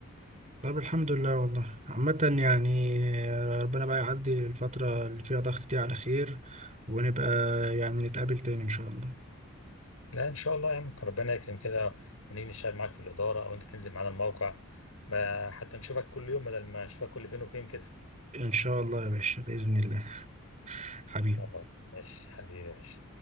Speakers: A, on the right (about 35°); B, on the left (about 80°).
A: طب الحمد لله والله عامة يعني آه، ربنا بقى يعدي الفترة اللي فيها ضغط دي على خير ونبقى يعني نتقابل تاني إن شاء الله
B: لا إن شاء الله يعني ربنا يكرم كده ونيجي نشتغل معاك في الإدارة أو أنت تنزل معانا الموقع ما- حتى نشوفك كل يوم بدل ما نشوفك كل فين وفين كده
A: إن شاء الله يا باشا بإذن الله <laughs> حبيبي
B: خلاص ماشي حبيبي يا باشا